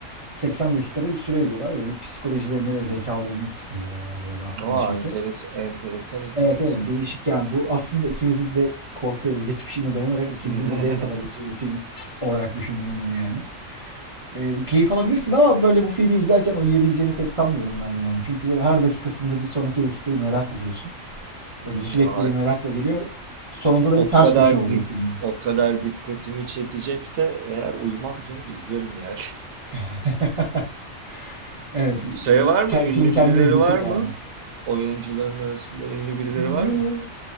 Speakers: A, on the right; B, on the right.
A: 80 dakikada bir süre veriyorlar. ve Böyle psikolojilerini ve zekalarını sınıyor yani böyle aslında
B: Aa
A: şirket.
B: enteres enteresan hikayesi
A: Evet evet
B: var.
A: değişik yani bu aslında ikimizin de korku evi geçmişine dayanarak ikimizin
B: <laughs>
A: de zevk alabileceği bir film olarak düşündüm bunu yani. E, bu keyif alabilirsin ama böyle bu filmi izlerken uyuyabileceğini pek sanmıyorum ben yani. Çünkü böyle her dakikasında bir sonraki dakikayı merak ediyorsun. Böyle sürekli
B: Ya,
A: bir merakla geliyor. Sonunda da
B: O
A: bir ters
B: kadar
A: köşe oluyor
B: dik
A: filmin.
B: o kadar dikkatimi çekecekse eğer uyumam canım izlerim yani. <laughs>
A: <laughs> Evet,
B: Şey
A: bu
B: var mı?
A: ke-
B: Ünlü
A: film kendini
B: birileri
A: izletir
B: var
A: yani.
B: mı? Oyuncuların arasında ünlü birileri
A: Bu
B: var mı?